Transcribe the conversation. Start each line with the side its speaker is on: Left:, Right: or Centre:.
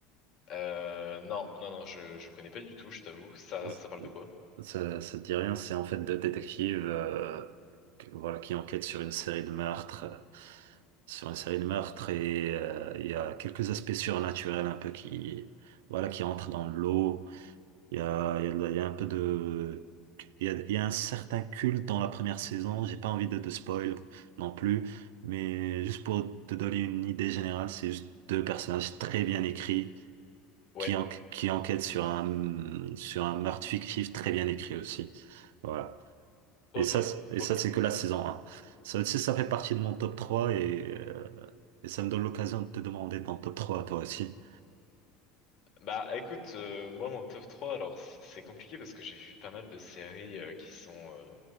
Left: Euh, non, non, non, je, je connais pas du tout, je t'avoue. Ça,
Right: Euh,
Left: ça parle de quoi?
Right: Ça, ça te dit rien, c'est en fait deux détectives euh, que- voilà, qui enquêtent sur une série de meurtres, euh, sur une série de meurtres et euh, il y a quelques aspects surnaturels un peu qui, voilà, qui rentrent dans l'eau. Il y a, il y a, de- il y a un peu de... Il y a, il y a un certain culte dans la première saison, j'ai pas envie de te spoil non plus, mais juste pour te donner une idée générale, c'est juste deux personnages très bien écrits
Left: Ouais,
Right: qui, en- qui enquête sur un, sur un meurtre fictif très bien écrit aussi. Voilà.
Left: ok,
Right: Et ça, c'est- et
Left: ok.
Right: ça, c'est que la saison un Ça aussi, ça fait partie de mon top 3 et, euh, et ça me donne l'occasion de te demander ton top 3 à toi aussi.
Left: Bah écoute, euh, moi mon top trois, alors c- c'est compliqué parce que j'ai vu pas mal de séries euh, qui sont, euh,